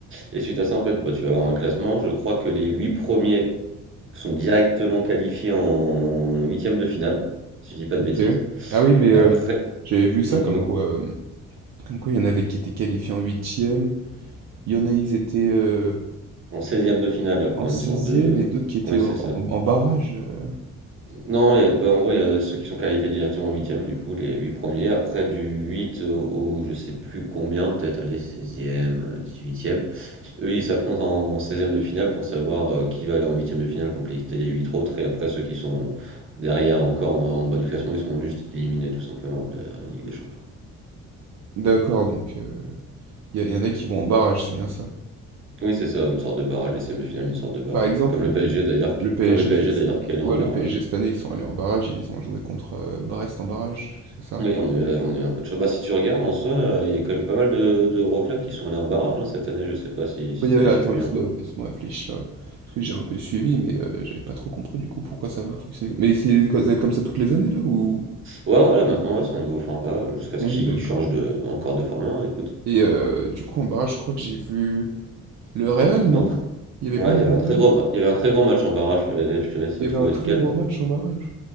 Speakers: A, on the right; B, on the right.
A: Et suite à ça, en fait, bah, tu vas avoir un classement. Je crois que les huit premiers sont directement qualifiés en huitième de finale, si je dis pas de
B: ok.
A: bêtises.
B: Ah oui, mais euh,
A: Après,
B: j'avais vu ça
A: on
B: comme
A: dis-moi,
B: quoi, euh, comme quoi il y en avait qui étaient qualifiés en huitième, il y en a ils étaient euh,
A: en seizième de finale, enfin,
B: en 16
A: une sorte de.
B: et
A: euh,
B: d'autres qui étaient
A: Oui,
B: en,
A: c'est ça.
B: en- en barrage. euh.
A: Non, il y a pas, en gros, il y a ceux qui sont qualifiés directement en huitième, du coup, les huit premiers. Après, du 8 au, au je sais plus combien, peut-être, aller seizième, euh, dix-huitième. Eux, ils s'affrontent en seizième de finale pour savoir euh, qui va aller en huitième de finale compléter les 8 autres. Et après, ceux qui sont derrière encore en, en bas du classement, ils sont juste éliminés tout simplement de la Ligue des Champions.
B: D'accord, donc euh, il y, a- il y en a qui vont
A: Donc,
B: en barrage, c'est bien ça.
A: oui, c'est ça, une sorte de barrage, les seizièmes de finale, une sorte de barrage.
B: Par exemple,
A: oui. Comme le
B: le,
A: PSG d'ailleurs, qui-
B: le
A: comme
B: PSG,
A: le PSG
B: c'est-
A: d'ailleurs qui allait
B: ouais,
A: en barrage.
B: le PSG cette année ils sont allés en barrage, ils ont joué contre euh, Brest en barrage, c'est ça?
A: Oui, on a eu, on a eu un peu de chance. Bah, si tu regardes en soi, euh, il y a quand même pas mal de, de gros clubs qui sont allés en barrage hein, cette année. Je sais pas si, si
B: Bah, il
A: tu
B: attends,
A: avais suivi
B: laisse-moi
A: un peu.
B: laisse-moi réfléchir, heu, parce que j'ai un peu suivi, mais heu, j'avais pas trop compris du coup pourquoi ça va fonctionner. Mais c'est ça va être comme ça toutes les années là ou?
A: Ouais, voilà, maintenant, ouais, c'est un nouveau format euh, jusqu'à ce
B: Ah oui
A: qu'ils
B: d'accord.
A: changent de, encore de format. hein, écoute,
B: Et heu, du coup en barrage, je crois que j'ai vu le Real,
A: Bah,
B: non? Il y avait
A: Ouais,
B: pas
A: il
B: le
A: y
B: Real?
A: avait un très gros, ma- il y avait un très gros match en barrage, je te je te laisse
B: Il y
A: trouver
B: avait un très
A: lequel.
B: grand match en barrage.